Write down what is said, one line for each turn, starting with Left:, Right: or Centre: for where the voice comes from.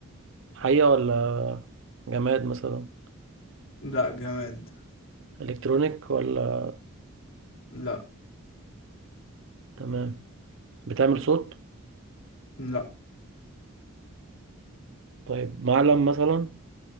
Right: حقيقة ولا جماد مثلا
Left: لا جماد
Right: الكترونيك ولا
Left: لا
Right: تمام بتعمل صوت
Left: لا
Right: طيب معلم مثلا